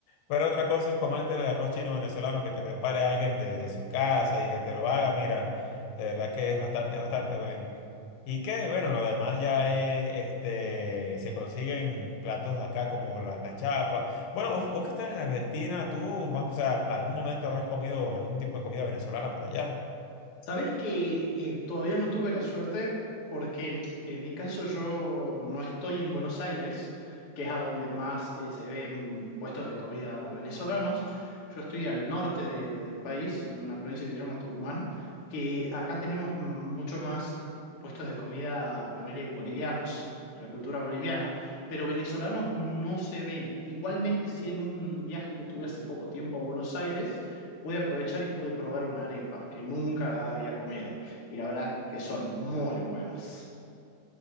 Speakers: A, on the left; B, on the left.
A: Pero otra cosa es comerte el arroz chino venezolano que te prepare alguien de, de su casa y que te lo haga, mira, de verdad que es bastante, es bastante bueno. Y que, bueno, lo demás ya es, este, se consiguen platos acá como la cachapa. Bueno, vos, vos que estás en Argentina, tú, más, o sea, algún momento habrás comido algún tipo de comida venezolana por allá.
B: Sabes que eh, todavía no tuve la suerte porque en, en mi caso yo no estoy en Buenos Aires, que es a donde más eh, se ven puestos de comida venezolanos. Yo estoy al norte de- del país, en una provincia que se llama Tucumán, que acá tenemos mucho más eh, puestos de comida, ponerle bolivianos, de la cultura boliviana, pero venezolanos no se ven. Igualmente, si en un viaje que tuve hace poco tiempo a Buenos Aires, pude aprovechar y pude probar una arepa que nunca había comido. Y la verdad que son muy buenas.